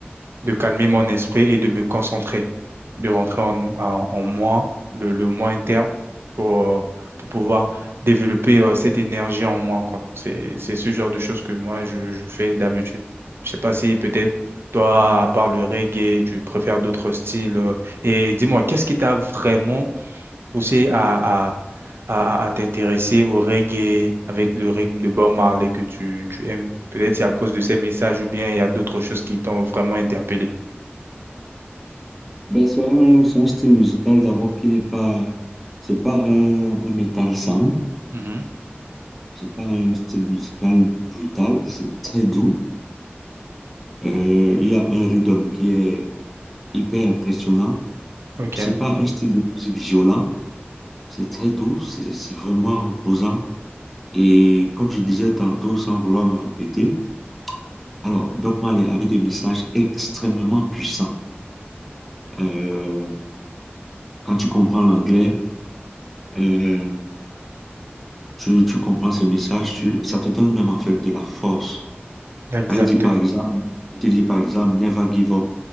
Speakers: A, on the right (about 70°); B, in the centre.
A: de calmer mon esprit et de me concentrer, de rentrer en, en, en moi, le, le moi interne, pour, euh, pour pouvoir développer euh, cette énergie en moi, quoi. C'est, c'est ce genre de choses que moi, je, je fais d'habitude. Je sais pas si peut-être toi, à part le reggae, tu préfères d'autres styles. euh, et dis-moi, qu'est-ce qui t'a vraiment poussé à, à, à, à t'intéresser au reggae avec le rythme de Bob Marley que tu, tu aimes? Peut-être c'est à cause de ces messages ou bien il y a d'autres choses qui t'ont vraiment interpellé.
B: Ben, c'est un, c'est un style musical d'abord qui n'est pas, c'est pas un, un metal sound,
A: Mhm,
B: c'est pas un style musical brutal, c'est très doux. Euh, il y a un rhythm qui est hyper impressionnant.
A: Ok,
B: C'est pas un style de musique violent, c'est très doux, c'est c'est vraiment reposant. Et comme je disais tantôt, sans vouloir me répéter, alors Bob Marley avait des messages extrêmement puissants. Euh, quand tu comprends l'anglais, euh, tu, tu comprends ces messages, tu- ça te donne même en fait de la force.
A: exactement.
B: Quand il dit par exemple, il te dit par exemple, never give up.